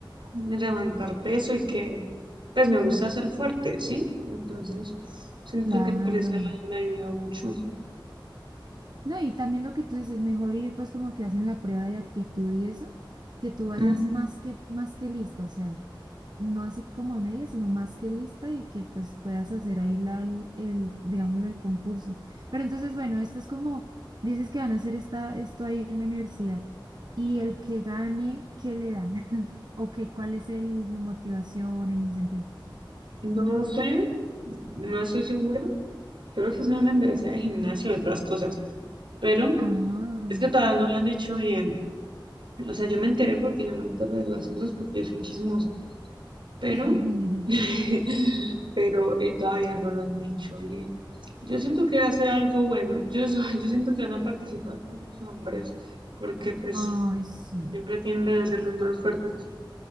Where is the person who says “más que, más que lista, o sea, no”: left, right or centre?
Right